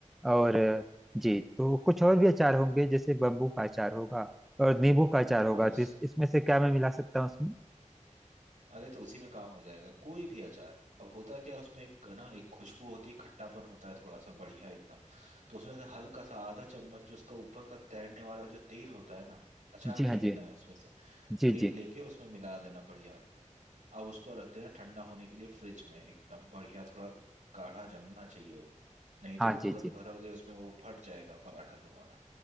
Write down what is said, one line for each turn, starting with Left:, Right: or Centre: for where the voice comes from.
Centre: और जी तो कुछ और भी अचार होंगे जैसे बम्बू का अचार होगा और नींबू का अचार
Right: बस
Centre: होगा तो इस, इसमें से क्या मैं मिला सकता हूँ उसमें
Right: अरे तो उसी में काम हो जाएगा कोई भी अचार अब होता क्या है उसमें एक ना एक खुशबू होती है खट्टापन होता है थोड़ा सा बढ़िया एकदम तो उसमें से हल्का सा आधा चम्मच जो उसका ऊपर का तैरने वाला जो तेल होता है ना अचार
Centre: जी
Right: नहीं
Centre: हाँ
Right: लेना
Centre: जी
Right: है उसमें से
Centre: जी
Right: तेल
Centre: जी
Right: लेके
Centre: जी,
Right: उसमें मिला देना बढ़िया अब उसको रख देना ठंडा होने के लिए फ्रिज में एकदम बढ़िया थोड़ा गाढ़ा जमना चाहिए वो नहीं तो
Centre: हाँ
Right: वो तुरंत
Centre: जी जी
Right: भरोगे उसमें वो फट जाएगा पराठा तुम्हारा